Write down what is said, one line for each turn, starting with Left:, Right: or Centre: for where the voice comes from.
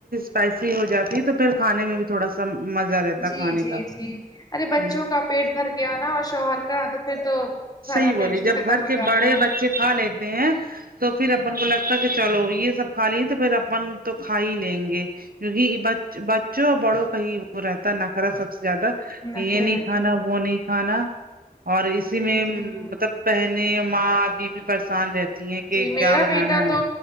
Right: اسپائسی ہو جاتی تو پھر کھانے میں بھی تھوڑا سا مزہ رہتا
Left: جی
Right: کھانے
Left: جی
Right: کا
Left: جی ارے بچوں
Right: ہ
Left: کا پیٹ بھر گیا نا شوہر کا تو پھر تو سارا
Right: صحیح بولیے
Left: ٹینشن
Right: جب
Left: ختم
Right: گھر
Left: ہو
Right: کے
Left: جاتا
Right: بڑے
Left: ہے
Right: بچے کھا لیتے ہیں تو پھر اپن کو لگتا ہے کہ چلو یہ سب کھا لیں تو پھر اپن تو کھا ہی لیں گے کیونکہ بچ بچوں بڑوں کا ہی وہ رہتا ہے نکرے سب سے زیادہ
Left: نخرے
Right: کہ یہ نہیں
Left: رہتے
Right: کھانا
Left: ہیں۔
Right: وہ نہیں کھانا اور اسی
Left: جی
Right: میں مطلب
Left: جی
Right: بہنے ماں بیوی پریشان رہتی ہیں کہ
Left: جی میرا
Right: کیا بنانا
Left: بیٹا تو
Right: ہے